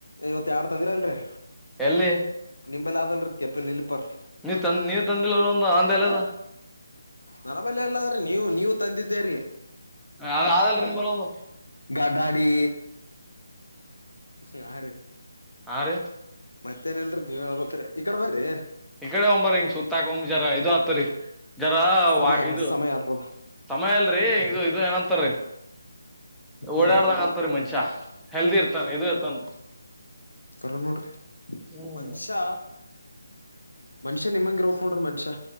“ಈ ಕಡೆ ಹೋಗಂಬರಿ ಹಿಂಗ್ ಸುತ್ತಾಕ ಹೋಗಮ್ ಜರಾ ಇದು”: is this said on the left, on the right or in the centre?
Centre